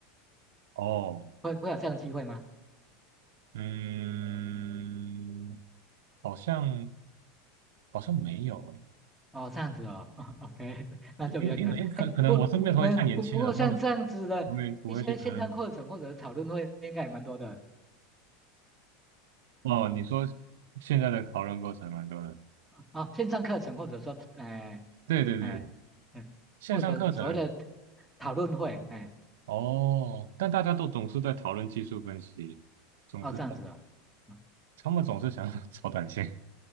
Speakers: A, on the right; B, in the centre.
A: 哦，
B: 会会有这样的机会吗？
A: 嗯，好像好像没有诶。
B: 哦，这样子哦 <laughs>，OK，那就比较可哎，
A: 因为因为可可能我身边的同学太年轻了，
B: 不不没不不过像这样子的一些线上课程或者讨论会，
A: 他们不会不会去谈论。
B: 应该也蛮多的
A: 哦，你说现在的讨论过程蛮多的，
B: 哦。线上课程或者说，哎
A: 对对对，
B: 哎嗯，
A: 线上课程
B: 或者所谓的讨论会，哎
A: 哦，但大家都总是在讨论技术分析，总是在
B: 哦这样子哦，嗯
A: 他们总是想要 <laughs> 炒短线。